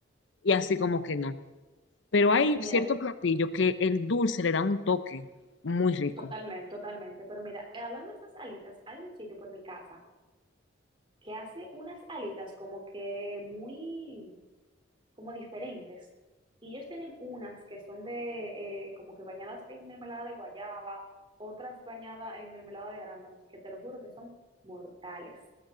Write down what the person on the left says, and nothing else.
y así como que no. Pero hay
cierto platillo que el dulce le da un toque muy rico.